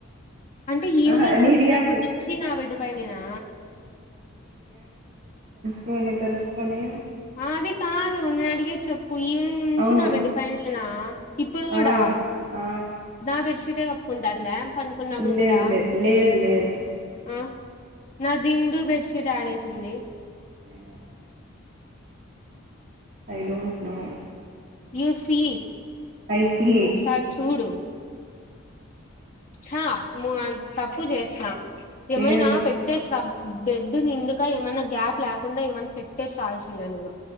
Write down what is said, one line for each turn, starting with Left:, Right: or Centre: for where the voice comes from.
Left: అంటే ఈవినింగ్
Right: ఆహా నీ
Left: వచ్చినప్పుడు
Right: రియాక్షన్
Left: నుంచి నా బెడ్ పైనేనా
Right: కోనీ తల్చు కొని
Left: ఆ అది కాదు నేను అడిగేది చెప్ ప్పు ఈవినింగ్ నుంచి
Right: అవును
Left: నా బెడ్ పైనేనా ఇప్పుడు కూడా
Right: ఆ ఆ
Left: నా బెడ్షీటే కప్పుకుంటందా పండుకున్నప్పుడు
Right: లేదు
Left: కూడా
Right: లేదు లేదు లేదు
Left: ఆ నా దిండు బెడ్షీట్ ఆడేసింది
Right: ఏమో I don't know
Left: you see
Right: I see
Left: ఒకసారి చూడు చా ము అన్ తప్పు చేసిన ఏమైనా
Right: నేను
Left: పెట్టేసిర బెడ్ నిండుగా ఏమన్నా గ్యాప్ లేకుండా ఏమన్నా పె ట్టేసి రావాల్సుండే నేను